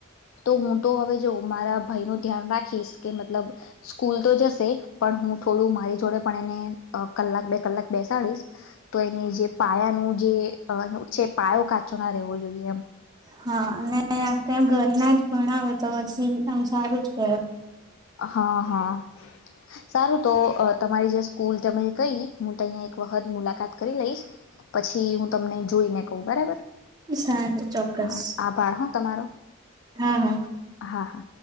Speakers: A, on the left (about 70°); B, on the right (about 20°).
A: તો હું તો હવે જો મારા ભાઈ ન ધ્યાન રાખીશ કે મતલબ સ્કૂલ તો જશે પણ હું થોડું મારી જોડે પણ એને કલાક બે કલાક બેસાડીશ તો એની જે પાયાનું જે છે પાયો કાચો ના રહેેવો જોઈએ એમ
B: હા અનેને ક ઘરના જ ભણાવે તો પછી સંસારું જ ક
A: હા હા સારું તો તમારી જે સ્કૂલ તમે કઈ હું તહીંયા એક વખત મુલાકાત કરી લઈશ પછી હું તમને જોઈને કહ બરાબર
B: સારું ચોક્કસ
A: હા આભાર હા તમારો
B: હા હા.
A: હા હા